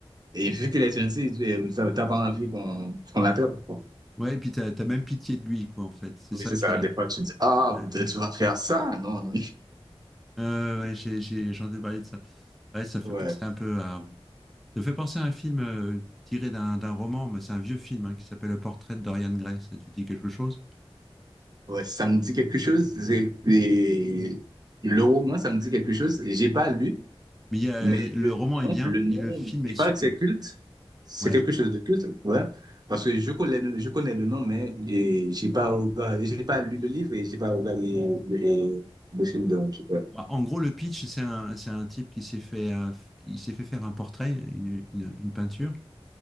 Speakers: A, on the right; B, in the centre.
A: Et vu qu'il est gentil, tu n'as pas envie qu'on qu'on l'attrape. quoi.
B: Ouais, et puis t'as, t'as même pitié de lui, quoi, en fait. C'est
A: Oui,
B: ça
A: c'est
B: qui
A: ça.
B: est.
A: Des fois, tu dis, ah,
B: Ouais,
A: peut-être tu vas faire ça. Non, non.
B: Ouais, ouais, j'ai, j'ai, j'ai entendu parler de ça. Ouais, ça fait
A: Ouais,
B: penser un peu à, Ça me fait penser à un film euh, tiré d'un d'un roman, mais c'est un vieux film hein, qui s'appelle Le Portrait de Dorian Gray. Ça te dit quelque chose?
A: ouais, ça me dit quelque chose. J'ai- et Le roman, ça me dit quelque chose. J'ai pas lu,
B: Mais il y a-
A: Mais
B: le
A: le
B: roman est
A: nom,
B: bien
A: le nom,
B: et le film
A: il
B: est
A: paraît
B: super.
A: que c'est culte. C'est
B: Ouais.
A: quelque chose de culte, ouais. Parce que je connais, le- je connais le nom, mais et j'ai pas regardé- j'ai pas lu le livre et j'ai pas regardé le, le film de ouais.
B: Bah, en gros, le pitch, c'est un, c'est un type qui s'est fait, un- il s'est fait faire un portrait, une, une- une peinture.